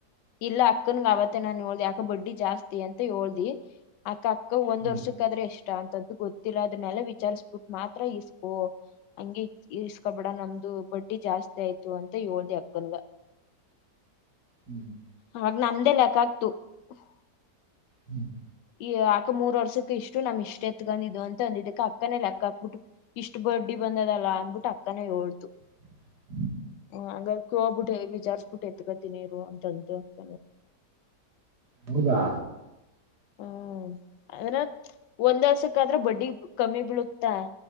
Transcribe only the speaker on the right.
ಹ್ಮ್
ಹ್ಮ್
ಹ್ಮ್
<inaudible>
ಹೌದಾ